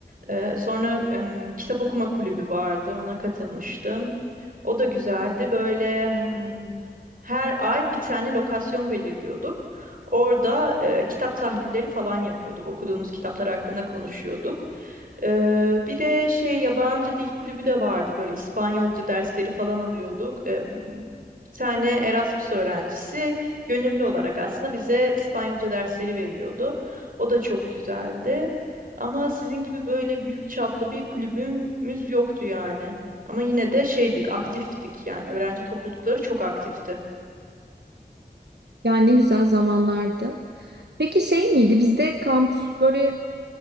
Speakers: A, on the right; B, on the right.
A: Ee, sonra em, kitap okuma kulübü vardı, ona katılmıştım. O da güzeldi. Böyle m, her ay bir tane lokasyon belirliyorduk. Orada e, kitap tahlilleri falan yapıyorduk. Okuduğumuz kitaplar hakkında konuşuyorduk. Ee, bir de şey yabancı dil kulübü de vardı. Böyle İspanyolca dersleri falan alıyorduk. Ee, bir tane Erasmus öğrencisi gönüllü olarak aslında bize İspanyolca dersleri veriyordu. O da çok güzeldi. Ama sizin gibi böyle büyük çaplı bir kulübümüz yoktu yani. Ama yine de şeydik, aktiftik yani. Öğrenci toplulukları çok aktifti.
B: Yani ne güzel zamanlardı. Peki şey miydi bizde kampüs böyle